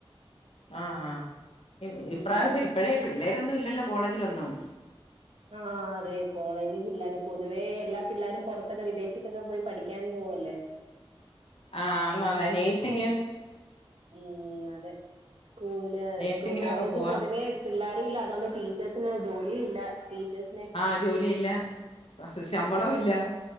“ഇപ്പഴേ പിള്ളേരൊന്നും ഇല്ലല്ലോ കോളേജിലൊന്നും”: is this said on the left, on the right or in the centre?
Left